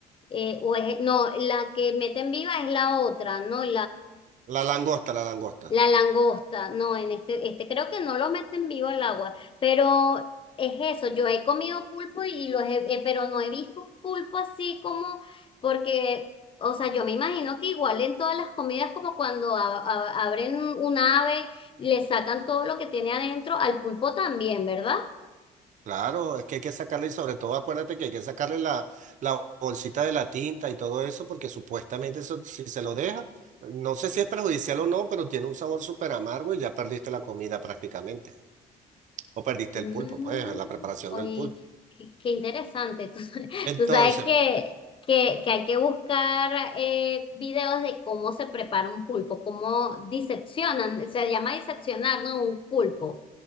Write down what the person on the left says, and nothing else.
Eh, o es, no, la que meten viva es la otra, ¿no?
La langosta, no, en este, este creo que no lo meten vivo al agua, pero es eso, yo he comido pulpo y los he- eh, pero no he visto pulpo así como, porque, o sea, yo me imagino que igual en todas las comidas, como cuando a- a- abren un un ave, le sacan todo lo que tiene adentro, al pulpo también, ¿verdad?
Mm,
oye,
qué, qué interesante. <laughs> Tú,
tú sabes que, que, que hay que buscar eh, videos de cómo se prepara un pulpo, cómo diseccionan, se llama diseccionar, ¿no? Un pulpo,